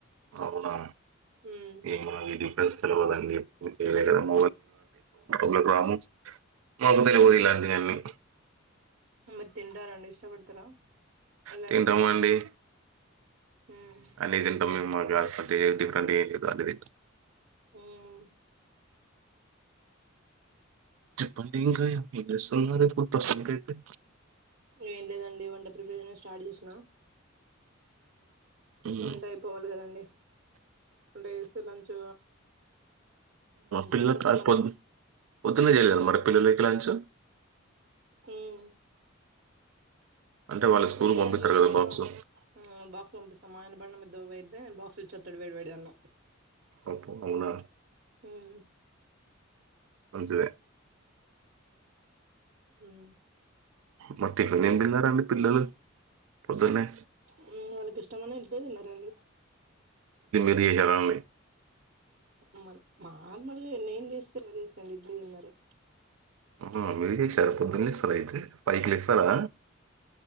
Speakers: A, on the right (about 80°); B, on the right (about 50°).
A: అవునా
B: ఉమ్
A: ఏమో నాకు తెలీదు <inaudible> మాకు తెలియదు ఇలాంటివన్నిీ
B: మరి తింటార అండి ఇష్టపడతారా ఎలాంటివి
A: తింటామండి
B: ఉమ్
A: అన్ని తింటాం మేము ఇది అది అని మీ లేదు అన్ని తింటాం
B: హుమ్
A: చెప్పండి ఇంకా ఏం చేస్తున్నారు ఇప్పుడు ప్రస్తుతానికి ఐతే
B: ఏం లేదండి వంట ప్రిపరేషన్ స్టార్ట్ చేసిన
A: మ్,
B: వంట అయిపోవాలి కదండి వంట చేస్తూ లంచ్
A: పిల్ల
B: చేస్తే ఒక పని
A: పొద్ పొద్దున్న చెయలి మరి పిలలకి లంచ్
B: హ్మ్మ్
A: అంటే వాళ్ళ స్కూల్
B: లేదండి
A: పంపిస్తారు
B: మా
A: కదా
B: ఆయన
A: బాక్స్
B: మ్ బాక్స్ పంపిస్తాం మా ఆయన బండి మీద పోయితే బాక్స్ వ చత్తడు వేడివేడి అన్నం
A: అప్పు అవునా
B: హ్మ్
A: జే
B: హ్మ్
A: మరి టిఫన్ ఏం తిన్నారండి పిలలు పొద్దున్నే
B: మ్ వాళ్ళకి ఇష్టమైన ఇడ్లీ తిన్నారండి
A: చేయాలండి
B: మ నార్మల్గా నేను చేస్తే ఎవరి చేస్తారూ చేస్తారు ఇడ్లీ తిన్నారు
A: ఆ మీరుసారు పొద్దున్న లేస్తారా అయితే ఫైవ్ కి లేస్తారా